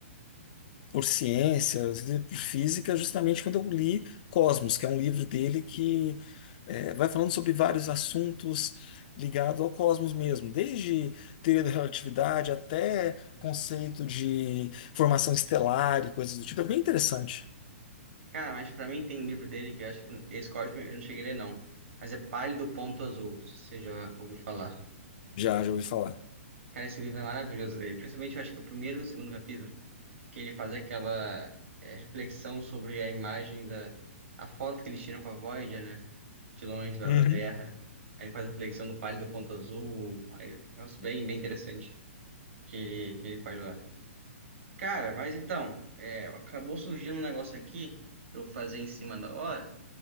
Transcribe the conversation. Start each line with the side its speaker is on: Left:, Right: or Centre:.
Left: por ciências e por física, justamente quando eu li Cosmos, que é um livro dele que eh, vai falando sobre vários assuntos ligados ao cosmos mesmo, desde teoria da relatividade até conceito de formação estelar e coisas do tipo. É bem interessante.
Right: Cara, mas pra mim tem um livro dele que eu acho esse Cosme eu não cheguei a ler, não. Mas é Pálido Ponto Azul, se você já ouviu falar.
Left: Já, já ouvi falar.
Right: Cara, esse livro é maravilhoso dele. Principalmente eu acho que o primeiro e o segundo capítulo, que ele faz aquela é, reflexão sobre a imagem da... A foto que eles tiram com a Voyager, né? De longe da,
Left: Uhum.
Right: da Terra. Aí ele faz a reflexão no Pálido Ponto Azul. Aí, nossa, bem, bem interessante que ele, que ele faz lá. Cara, mas então, é, acabou surgindo um negócio aqui pra eu fazer em cima da hora.